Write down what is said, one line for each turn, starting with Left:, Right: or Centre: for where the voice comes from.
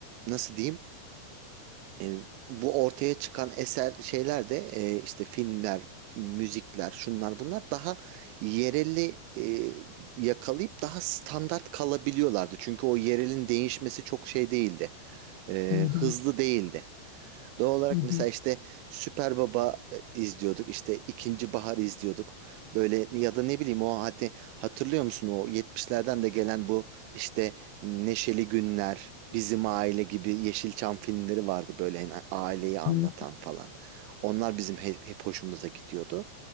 Right: nasıl diyeyim? E, bu ortaya çıkan eser şeyler de e, işte filmler, müzikler, şunlar bunlar daha yereli e, yakalayıp daha standart kalabiliyorlardı. Çünkü o yerelin değişmesi çok şey değildi. E,
Left: hı hı
Right: hızlı değildi. Doğal olarak
Left: hı
Right: mesela
Left: hı.
Right: işte Süper Baba e, izliyorduk. işte İkinci Bahar izliyorduk. Böyle ya da ne bileyim o hadi hatırlıyor musun o yetmişlerden de gelen bu işte Neşeli Günler, Bizim Aile gibi Yeşilçam filmleri vardı böyle hani aileyi anlatan
Left: hı.
Right: falan. Onlar bizim he- hep hoşumuza gidiyordu.